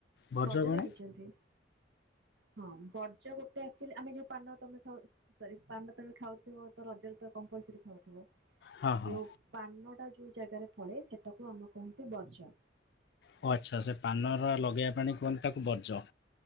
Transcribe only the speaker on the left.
ଭଜ
କଣ?
ହଁ ହଁ
ଓ ଆଚ୍ଛା ଆଚ୍ଛା ପାନର ଲଗେଇବା ପାଣି କୁହନ୍ତି ତାକୁ ବର୍ଜ।